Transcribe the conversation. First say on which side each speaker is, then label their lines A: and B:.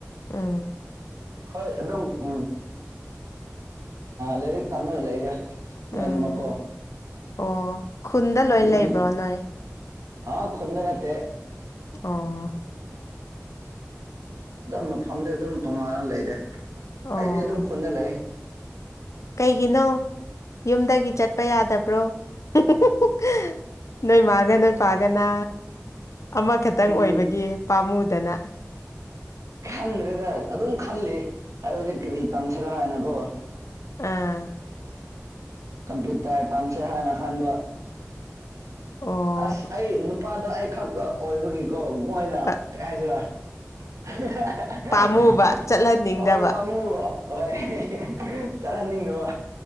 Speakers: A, on the left; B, on the right.
A: ꯎꯝ
B: ꯍꯣꯏ ꯑꯗꯨꯝ ꯎꯝ ꯂꯥꯏꯔꯤꯛ ꯇꯝꯂꯒ ꯂꯩꯗ <unintelligible>
A: ꯎꯝ ꯑꯣ ꯈꯨꯟꯗ ꯂꯣꯏ
B: ꯌꯨꯝꯗꯤ
A: ꯂꯩꯕ꯭ꯔꯣ ꯅꯣꯏ
B: ꯍꯥ ꯈꯨꯟꯗ ꯅꯠꯇꯦ
A: ꯑꯣ
B: ꯑꯗꯨꯝ ꯃꯐꯝꯗꯤ ꯑꯗꯨꯝ ꯇꯣꯉꯥꯟꯅ ꯂꯩꯔꯦ
A: ꯑꯣ
B: ꯑꯩꯗꯤ ꯑꯗꯨꯝ ꯈꯣꯟꯗ ꯂꯩ
A: ꯀꯩꯒꯤꯅꯣ ꯌꯨꯝꯗꯒꯤ ꯆꯠꯄ ꯌꯥꯗꯕ꯭ꯔꯣ ꯏꯍꯤꯍꯤꯍꯤ ꯅꯣꯏꯣꯏ ꯃꯥꯒ ꯅꯣꯏ ꯄꯥꯒꯅꯥ ꯑꯃꯈꯛꯇꯪ
B: ꯎꯝ
A: ꯑꯣꯏꯕꯒꯤ ꯄꯥꯝꯃꯨꯗꯅ
B: ꯈꯟꯗ꯭ꯔꯦꯗ ꯑꯗꯨꯝ ꯈꯜꯂꯤ ꯑꯩ ꯍꯧꯖꯤꯛ ꯀꯔꯤ ꯇꯝꯁꯤꯔꯥ ꯍꯥꯏꯅꯀꯣ
A: ꯑꯥ
B: ꯀꯝꯄ꯭ꯌꯨꯇꯔ ꯇꯝꯁꯦ ꯍꯥꯏꯅ ꯈꯥꯟ
A: ꯑꯣ
B: ꯑꯁ ꯑꯩ ꯅꯨꯄꯥꯗꯣ ꯑꯩ ꯈꯛꯇ ꯑꯣꯏꯕꯒꯤꯀꯣ ꯃꯣꯏꯅ
A: ꯑ,
B: ꯀꯩ ꯍꯥꯏꯁꯤꯔ ꯍꯤꯍꯤꯍꯥꯍꯥ
A: ꯄꯥꯝꯃꯨꯕ ꯆꯠꯍꯟꯅꯤꯡꯗꯕ
B: ꯍꯣꯏ ꯄꯥꯝꯃꯨꯕ ꯍꯣꯏ ꯆꯠꯍꯟꯅꯤꯡꯗꯕ